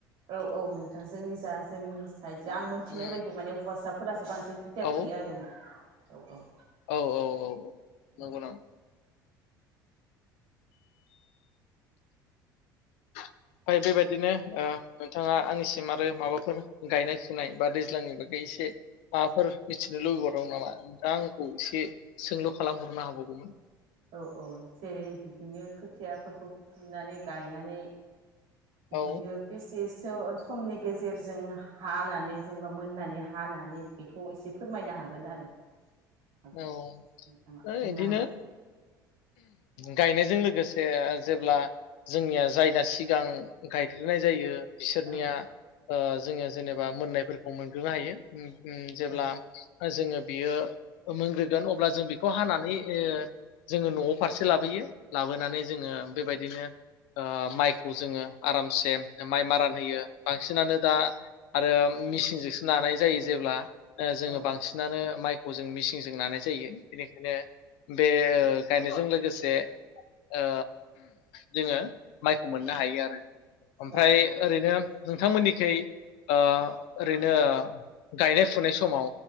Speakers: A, on the right (about 55°); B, on the left (about 60°).
A: औ औ नोंथां जोंनि जा जोंनि साइडजों आं मोनथिनाय
B: उम
A: बायदि माने हुवासा फोरासो बांसिन। जों खोथिया
B: औ
A: फुयो आरो ना। औ औ।
B: औ औ औ नंगौ
A: औ
B: ओमफ्राय बेबायदिनो ओ नोंथाङा आंनिसिम आरो माबाफोर गायनाय फुनाय बा दै दैज्लाङनि बै एसे माबाफोर मिथिनो लुबै बावदोंंमोन नामा? नोंथाङा आंखौ एसे सोंलु खालामहरनो हाबावगौमोन
A: औ औ जेरै-बिदिनो खोथियाफोरखौ फुनानै गायनानै
B: औ
A: बिदिनो बिसेस होओ सम नि गेजेरजों हानानै जेनेबा मोननानै हानानै बेखौ एसे फोरमायनो हागोन आरो हागोन
B: औ
A: नोंथाङा
B: ओ
A: बुंनो
B: इदिनो
A: हागोन
B: गायनायजों लोगोसे जेब्ला जोंनिया जायगा सि यां गायग्रोनाय जायो। बिसोरनिया
A: औ
B: ओ जोङो जेनेबा मोननायफोरखौ मोनग्रोनो हायो। ओम उम जेब्ला
A: औ
B: जोङो बेयो ओ मोनग्रोगोन अब्ला जों बेखौ हानानै ओ जोङो न'आव फारसे लाबोयो लाबोनानै जोङो बेबायदिनो माइखौ जोङो आरामसे माइ मारान होयो बांसिनानो दा आरो मिेसिनजोंसो नानाय जायो जेब्ला- ओ जोंङो
A: औ
B: बांसिनानो माइखौ जों मिसिंजों नानाय जायो बेनिखायनो बे ओ गायनायजों लोगोसे ओ जोङो माइखौ मोननो हायो आरो। ओमफ्राय
A: औ औ नंगौ
B: ओरैनो
A: नोंथां।
B: नोंथांमोननि सै ओ ओरै नो गायनाय फुनाय समाव